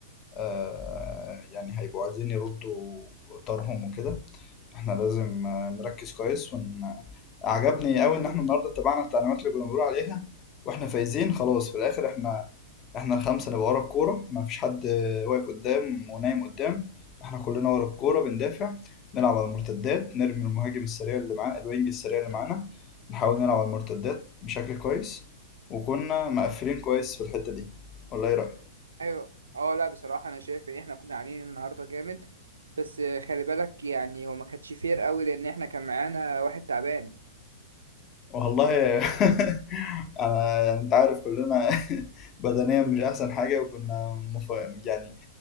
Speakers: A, on the left; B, on the right.
A: آه يعني هيبقوا عايزين يردوا طارهم وكده احنا لازم آه، نركز كويس ون عجبني قوي ان احنا النهارده اتبعنا التعليمات اللي كنا بنقول عليها واحنا فايزين خلاص في الاخر احنا احنا الخمسه نبقى ورا الكوره ما فيش حد واقف قدام ونايم قدام احنا كلنا ورا الكوره بندافع نلعب على المرتدات نرمي المهاجم السريع اللي معانا الوينج السريع اللي معانا نحاول نلعب على المرتدات بشكل كويس وكنا مقفلين كويس في الحته دي ولا ايه رايك
B: ايوه اه لا بصراحه انا شايف ان احنا كنا عاملين النهارده جامد بس خلي بالك يعني هو ما كانتش فير قوي لان احنا كان معانا واحد تعبان
A: والله <laughs> انا يعني انت عارف كلنا <laughs> بدنيا مش احسن حاجه وكنا مف... يعني